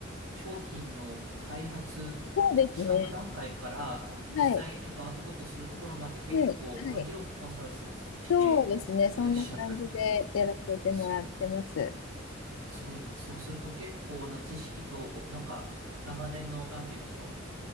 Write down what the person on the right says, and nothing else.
商品の開発、
えっと、企画段階から、
実際、えっと、アウトプットするところまで結構幅広くコンサルさせていらっしゃる。
すごい、すごい、あ、そうすると結構な知識と、なんか、長年の、なんて言うんでしょう。